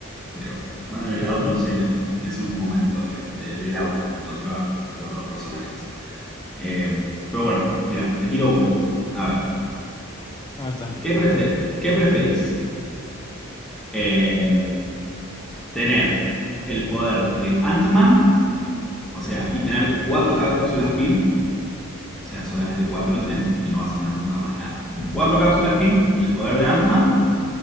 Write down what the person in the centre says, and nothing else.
creo. Van en el
auto, no sé, es un momento de- de- del auto donde van los dos personajes. Eh, pero bueno, mira, te tiro una. A ver,
¿qué prefe- qué preferís? Eh, tener el poder de Ant-Man, o sea, y tener cuatro cápsulas PIM O sea, solamente cuatro tenés y no vas a tener nunca más nada. Cuatro cápsulas PIM y el poder de Ant-Man